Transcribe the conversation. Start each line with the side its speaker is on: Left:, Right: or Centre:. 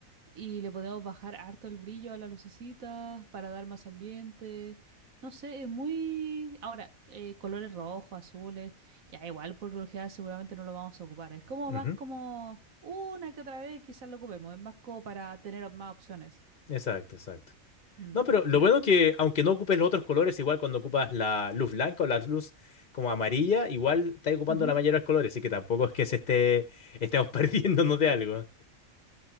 Right: y le podemos bajar harto el brillo a la lucecita para dar más ambiente. No sé, es muy... Ahora, eh, colores rojos, azules, ya igual por lo general seguramente no lo vamos a ocupar. Es como
Left: Ujú.
Right: más como una que otra vez quizás lo ocupemos. Es más como para tener más opciones.
Left: Exacto, exacto.
Right: Mm,
Left: No, pero lo
Right: pero...
Left: bueno que, aunque no ocupes los otros colores, igual cuando ocupas la luz blanca o la luz como amarilla, igual estás ocupando
Right: ujú.
Left: la mayoría de los colores, así que tampoco es que se esté, estemos <laughs> perdiéndonos de algo.